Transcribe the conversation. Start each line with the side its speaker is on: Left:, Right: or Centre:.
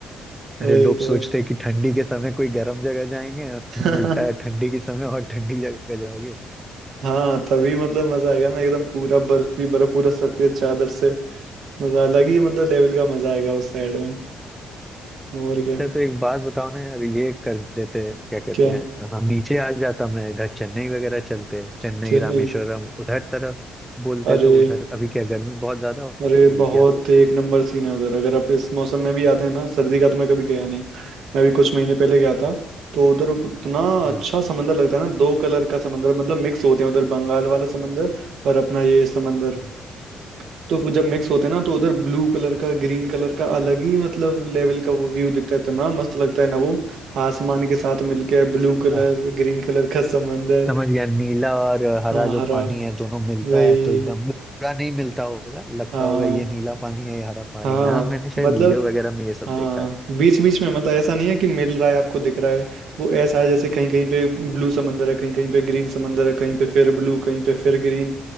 Right: वही
Centre: अरे लोग
Right: तो
Centre: सोचते हैं कि ठंडी के समय कोई गर्म जगह जाएंगे
Right: <laughs>
Centre: तुम उल्टा है ठंडी के समय और ठंडी जगह जाओगे
Right: हाँ तभी मतलब मजा आएगा ना एकदम पूरा बर्फ ही बर्फ पूरा सफेद चादर से मतलब अलग ही मतलब लेवल का मजा आएगा उस साइड में और क्या
Centre: अच्छा तो एक बात बताओ ना यार ये कर देते क्या कहते
Right: क्या
Centre: हैं हम नीचे आ जाता मैं इधर चेन्नई वगैरह चलते चेन्नई
Right: चेन्नई
Centre: रामेश्वरम उधर तरफ बोलते
Right: अरे
Centre: तो उधर अभी क्या गर्मी बहुत ज्यादा होगी
Right: अरे बहुत
Centre: क्या
Right: एक नंबर सीन है उधर अगर आप इस मौसम में भी आते हैं ना सर्दी का तो मैं कभी गया नहीं मैं भी कुछ महीने पहले गया था तो उधर इतना अच्छा
Centre: हम्म,
Right: समंदर लगता है ना दो कलर का समंदर मतलब मिक्स होते हैं उधर बंगाल वाला समंदर और अपना ये समंदर
Centre: हम्म।
Right: तो जब मिक्स होते हैं ना तो उधर ब्लू कलर का ग्रीन कलर का अलग ही मतलब लेवल का वो व्यू दिखता है इतना मस्त लगता है ना वो आसमान के साथ मिलके ब्लू
Centre: अच्छा,
Right: कलर ग्रीन कलर का समंदर
Centre: समझ गया नीला और हरा
Right: हाँ
Centre: जो
Right: हरा
Centre: पानी है दोनों मिलता
Right: वही
Centre: है तो एकदम पूरा नहीं मिलता होगा लगता
Right: हाँ
Centre: होगा ये नीला पानी है ये हरा पानी
Right: हाँ
Centre: है हाँ मैंने शायद
Right: मतलब
Centre: वीडियो वगैरह में ये सब
Right: हाँ
Centre: देखा है
Right: बीच बीच में मतलब ऐसा नहीं है कि मिल रहा है आपको दिख रहा है वो ऐसा है जैसे कहीं कहीं पे ब्लू समंदर है कहीं कहीं पे ग्रीन समंदर है कहीं पे फिर ब्लू कहीं पे फिर ग्रीन